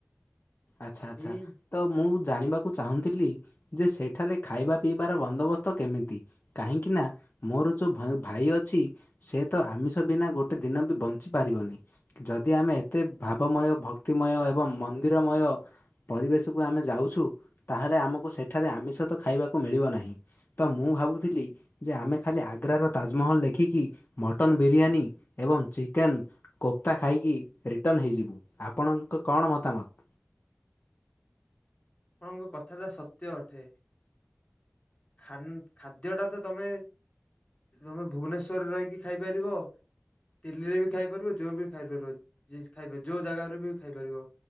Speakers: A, on the left (about 55°); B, on the left (about 35°).
A: ଆଚ୍ଛା ଆଚ୍ଛା।
B: ସେଇ
A: ତ ମୁଁ ଜାଣିବାକୁ ଚାହୁଁଥିଲି ଯେ ସେଠାରେ ଖାଇବା ପିଇବାର ବନ୍ଦୋବସ୍ତ କେମିତି କାହିଁକି ନା ମୋର ଯୋଉ ଭାଇ ଅଛି ସେ ତ ଆମିଷ ବିନା ଗୋଟେ ଦିନ ବି ବଞ୍ଚି ପାରିବନି ଯଦି ଆମେ ଏତେ ଭାବମୟ ଭକ୍ତିମୟ ଏବଂ ମନ୍ଦିରମୟ ପରିବେଶକୁ ଆମେ ଯାଉଛୁ ତାହେଲେ ଆମକୁ ସେଠାରେ ଆମିଷ ତ ଖାଇବାକୁ ମିଳିବ ନାହିଁ ତ ମୁଁ ଭାବୁଥିଲି ଯେ ଆମେ ଖାଲି ଆଗ୍ରାର ତାଜମହଲ ଦେଖିକି ମଟନ ବିରିୟାନୀ ଏବଂ ଚିକେନ କୋପ୍ତା ଖାଇକି ରିଟର୍ଣ୍ଣ ହେଇଯିବୁ। ଆପଣଙ୍କ କଣ ମତାମତ
B: ଆପଣଙ୍କ କଥାଟା ସତ୍ୟ ଅଟେ। ଖାଲି ଖାଦ୍ୟ ଟା ତ ତମେ ତମେ ଭୁବନେଶ୍ୱରରେ ରହିକି ଖାଇପାରିବ। ଦିଲ୍ଲୀରେ ବି ଖାଇପାରିବ ଯୋଉ ବି ଖାଇପାରିବ, ଖାଇପାର ଯୋଉ ଜାଗାରୁ ବି ଖାଇପାରିବ।